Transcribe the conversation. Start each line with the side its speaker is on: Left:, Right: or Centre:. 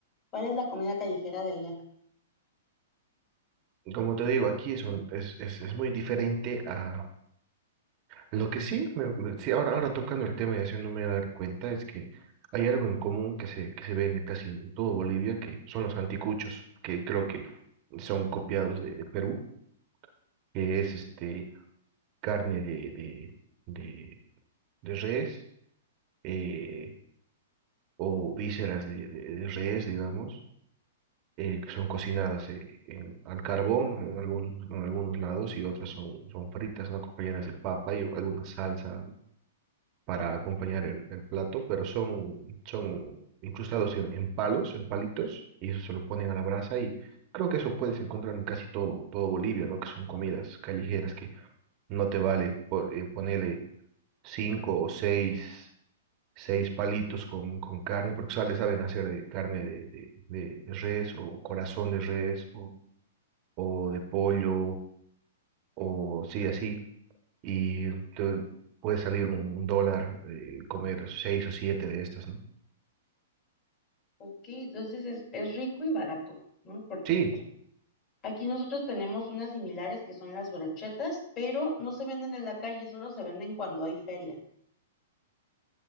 Left: ¿Cuál es la comida callejera de allá?
Right: Como te digo, aquí son, es, es, es muy diferente a lo que sí, me- me- sí, ahora, ahora tocando el tema y haciéndome dar cuenta, es que hay algo en común que se, que se vende casi en todo Bolivia, que son los anticuchos, que creo que son copiados de, de Perú, que es este carne de, de, de, de res eh, o vísceras de, de- de res, digamos, eh, que son cocinadas eh, en- al carbón en, algunos en algunos lados y otras son, son fritas, ¿no? Acompañadas de papa y o- alguna salsa para acompañar el, el plato, pero son, son incrustados en, en palos, en palitos, y eso se lo ponen a la brasa y creo que eso puedes encontrar en casi todo, todo Bolivia, ¿no? Que son comidas callejeras que no te vale po- eh, ponerle cinco o seis. seis palitos con, con carne, porque o sea, le saben hacer de carne de, de, de- de res o corazón de res o de pollo, o sí, así, y te puede salir un, un dólar eh, comer seis o siete de estas, ¿no?
Left: Ok, entonces es, es rico y barato, ¿no? Porque
Right: Sí,
Left: aquí nosotros tenemos unas similares que son las brochetas, pero no se venden en la calle, solo se venden cuando hay feria.